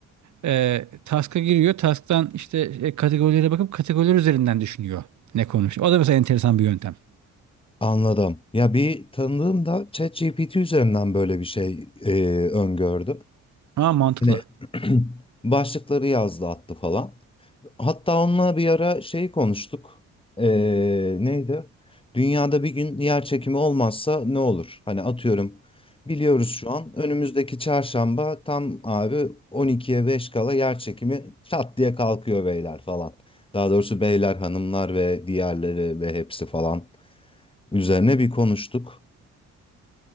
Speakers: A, on the right; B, on the left.
A: e, task'a giriyor. Task'tan işte e, kategorilere bakıp kategoriler üzerinden düşünüyor ne konuş. O da mesela enteresan bir yöntem.
B: anladım. Ya bir tanıdığım da ChatGPT üzerinden böyle bir şey e, öngördü.
A: Ha mantıklı.
B: Hani <clears throat> başlıkları yazdı attı falan. Hatta onunla bir ara şey konuştuk. E, neydi? Dünyada bir gün yer çekimi olmazsa ne olur? Hani atıyorum biliyoruz şu an önümüzdeki çarşamba tam abi 12'ye 5 kala yer çekimi çat diye kalkıyor beyler falan. Daha doğrusu beyler, hanımlar ve diğerleri ve hepsi falan. üzerine bir konuştuk.